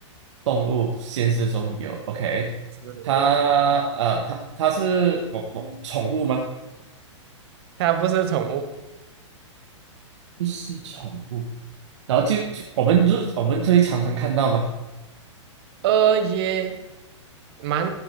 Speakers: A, on the right (about 65°); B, on the right (about 55°).
A: 动物现实中有，OK，
B: 是
A: 它呃，它它是我我宠物吗？
B: 它不是宠物，
A: 不是宠物，然后就就我们就我们就会常常看到嘛，
B: 呃，也蛮